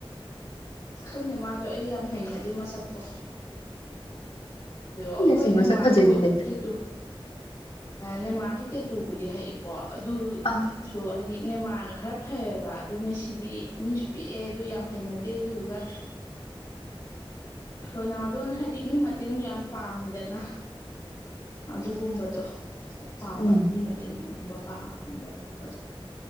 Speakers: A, on the left; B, on the left.
A: ꯑꯁ ꯈꯪꯗꯦ ꯃꯥꯗꯣ ꯑꯩ ꯌꯥꯝ ꯍꯩꯅꯗꯦ ꯃꯁꯛꯇꯣ ꯣ ꯍꯣꯏꯅꯦ
B: ꯁꯤ ꯃꯁꯛ
A: ꯃꯥꯁꯨ
B: ꯐꯖꯩꯗꯨꯗꯤ
A: ꯇꯠꯇꯨ ꯅꯦꯃꯥꯔꯁꯨ ꯇꯦꯇꯨꯕꯨꯗꯤ ꯍꯏꯀꯣ ꯑꯗꯨꯁꯨ
B: ꯑꯥ
A: ꯍꯥꯏꯗꯤ ꯅꯦꯃꯥꯅ ꯈꯔ ꯐꯩꯌꯦꯕ ꯑꯗꯨ ꯃꯦꯁꯤꯗꯤ ꯃꯤꯁꯨ ꯄꯤꯛꯑꯦ ꯑꯗꯨ ꯌꯥꯝ ꯍꯩꯅꯗꯦ ꯑꯗꯨꯗꯨꯒ ꯔꯣꯅꯥꯜꯗꯣꯅ ꯍꯥꯏꯗꯤ ꯃꯤ ꯃꯇꯦꯡꯁꯨ ꯌꯥꯝ ꯄꯥꯡꯉꯤꯗꯅ ꯑꯗꯨꯒꯨꯝꯕꯗꯣ ꯄꯥꯝꯕ
B: ꯎꯝ
A: ꯃꯤ ꯃꯇꯦꯡꯒꯨꯝꯕ ꯄꯥꯡꯝꯕꯄꯗꯣ